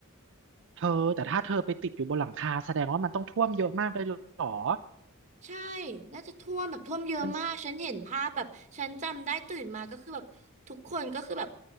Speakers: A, on the right (about 55°); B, on the right (about 35°).
A: เธอแต่ถ้าเธอไปติดอยู่บนหลังคาแสดงว่ามันต้องท่วมเยอะมากเลยเหรอ
B: ใช่น่าจะท่วมแบบท่วมเยอะมากฉันเห็นภาพแบบ
A: มัน
B: ฉันจำได้ตื่นมาก็คือแบบทุกคนก็คือแบบ